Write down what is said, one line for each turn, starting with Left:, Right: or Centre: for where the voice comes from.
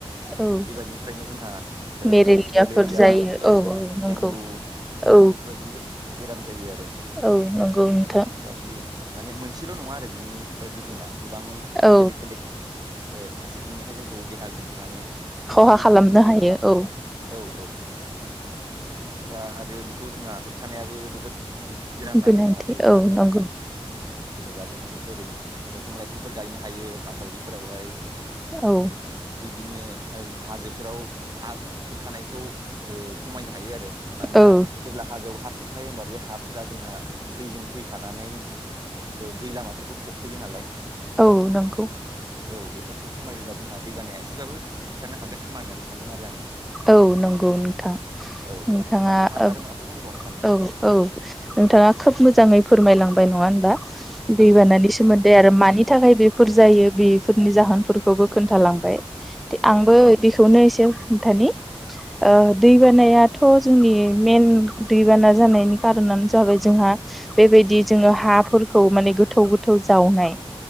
Centre: औ
Right: बेबायदिनिफ्रायनो जोंहा ओ
Centre: मेरेलियाफोर
Right: मेलेरिया
Centre: जायो
Right: औ
Centre: नंगौ
Right: देंगु
Centre: औ
Right: बेफोरबायदिफोर जायो आरो
Centre: औ नंगौ नोंथां
Right: दा बेयो माने मोनसेल' नङा आरो बिनि गोहोमा गोबां
Centre: औ
Right: बेलेग बेलेग। ओ फारसेथिंनिफ्राय जोंखौ देहा माने जोंनि
Centre: खहा
Right: जिउखौ
Centre: खालामनो
Right: खहा
Centre: हायो
Right: खालामो
Centre: औ
Right: आरो। औ औ नंगौ नोंथां दा आरो बेखौ जोंहा होबथानायाबो जोबोद गोनां
Centre: गोनांथि
Right: आरो जोंहा दैबानाखौ।
Centre: औ नंगौ
Right: जेनेबा जों ओरै दंफां लाइफांफोर गायनो हायो माथावरिफोरावहाय।
Centre: औ
Right: बिदिनो हाजोफोराव हा खुरखानायखौ ओ खमायनो हायो आरो। मानोना
Centre: औ
Right: जेब्ला हाजोआव हा खुरखायो होमबा बे हाफोरा जोंहा दैजों फैफानानै दै ओ लामाफोरखौ फबफैयो नालाय।
Centre: औ नंगौ
Right: औ बेफोरखौ खमायोब्ला जोंहा दैबानाया एसेबाबो होबथानो हागोन खोमा होननानै सानदों आरो आङो
Centre: औ नंगौ नोंथां
Right: औ
Centre: नोंथाङा
Right: दा नोंथाङाबो
Centre: ओ
Right: आरो माबाफोर बुंदेरबावनो सानदों
Centre: औ औ नोंथाङा खोब मोजाङै फोरमायलांदों। बाय नङा होमबा दै
Right: औ
Centre: बानानि सोमोन्दै आरो मानि थाखाय बेफोर जायो बेफोरनि जाहोनफोरखौबो खोन्थालांबाय।
Right: औ
Centre: आंबो बेखौनो एसे खिथानि ओ दैबानाया याथ' जोंनि मेन दैबाना जानायनि कारनानो जाबाय जोंहा बेबायदि जोङो हाफोरखौ माने गोथौ गोथौ जावनाय।